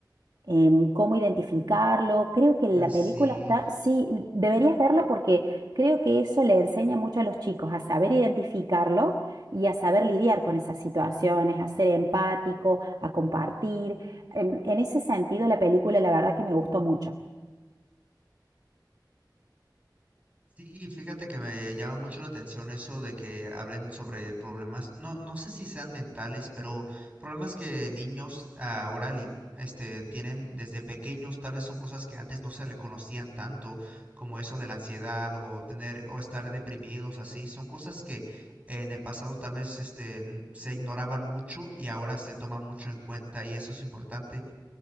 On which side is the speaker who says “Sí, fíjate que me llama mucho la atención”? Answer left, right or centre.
Right